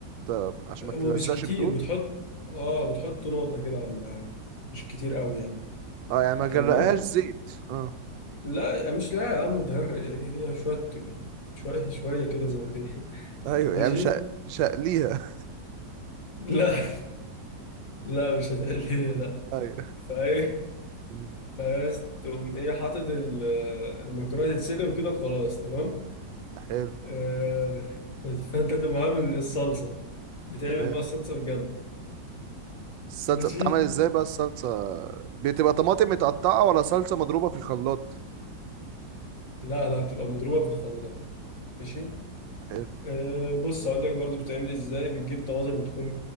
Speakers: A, on the right; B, on the left.
A: طب عشان
B: هو
A: ما تلزقش
B: مش كتير
A: بتقول
B: بتحط اه بتحط نقطه كده ولا حاجة. مش كتير قوي يعني
A: اه يعني ما جرقهاش
B: تمام
A: زيت اه
B: لا مش لا يا عم تغرق ايه هي شويه شويه شويه كده صغيرين
A: ايوه
B: ماشي
A: يعني مش ه- مش هقليها
B: لا لا مش هتقليها لا
A: <laughs> ايوه
B: فايه
A: مم.
B: بس تقوم ايه حاطط ال- المكرونه تتسلق وكده خلاص تمام
A: حلو
B: آه فانت تقوم عامل الصلصه بتعمل
A: تمام
B: بقى الصلصه بجنب
A: الصلصه
B: ماشي
A: بتتعمل ازاي بقى الصلصه بتبقى طماطم متقطعه ولا صلصه مضروبه في الخلاط
B: لا لا بتبقى مضروبه في الخلاط ماشي
A: حلو
B: آه بص هقول لك برضو بتعمل ازاي بتجيب طماطم تكون